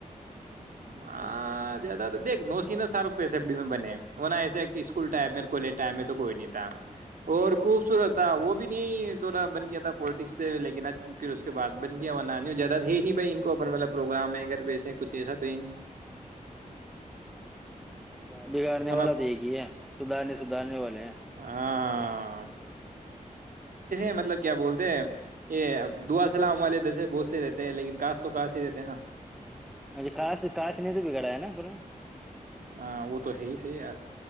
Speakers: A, on the right; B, in the centre.
A: ہاں زیادہ تو دیکھ نو س ن سارو تو ہے سبی میں بنے وہنا ایسے کہ اسکول ٹائم میں کالج ٹائم میں تو کوئی نہیں تھا اور خوبصورت تھا وہ بھی نہیں تھڑا بن گیا تھا پالٹکس سے لیکن آ پھر اس کے بعد بن گیانا زیادہ یہ نہیں ان کو اپن والا پروگرام اگر وس جی سب د نہیں
B: بگاڑنے
A: ورنہ
B: والا تو ایک ہی ہے سدارنے سدھارنے والے ہیں
A: ہاں ہوں
B: ج
A: مطلب کیا بولتے ہیں یہ
B: کر
A: دعا سلام والے جیسے بہت سے رہتے
B: د
A: ہیں لیکن کاش تو کاش ہی رہتے ہیں نا
B: ج کاش کاش نے تو بگڑایا نا پر
A: ہاں وہ تو ہے ہی صحی یار